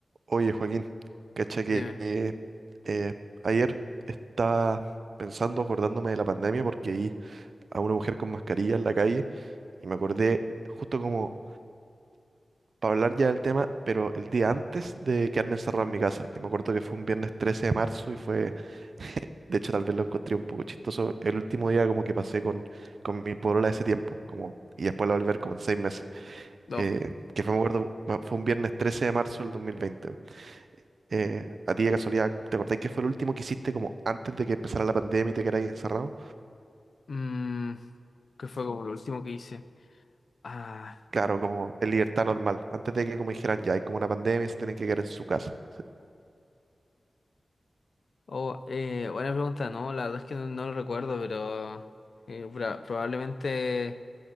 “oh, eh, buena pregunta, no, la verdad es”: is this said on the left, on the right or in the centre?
Left